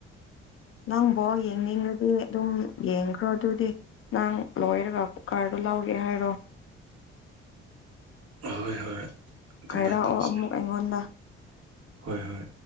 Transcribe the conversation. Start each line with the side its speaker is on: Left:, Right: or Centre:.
Left: ꯅꯪ ꯕꯣꯜ ꯌꯦꯡꯅꯤꯡꯔꯗꯤ ꯗꯨꯝ ꯌꯦꯡꯈ꯭ꯔꯣ ꯑꯗꯨꯗꯤ ꯅꯪ ꯂꯣꯏꯔꯒ ꯀꯨꯀꯔꯗꯨ ꯂꯧꯒꯦ ꯍꯥꯏꯔꯣ
Right: ꯍꯣꯏ ꯍꯣꯏ ꯑꯗꯨꯃꯥꯏꯅ
Left: ꯍꯥꯏꯔꯑꯣ
Right: ꯇꯧꯁꯤ
Left: ꯑꯃꯨꯛ ꯑꯩꯉꯣꯟꯗ
Right: ꯍꯣꯏ ꯍꯣꯏ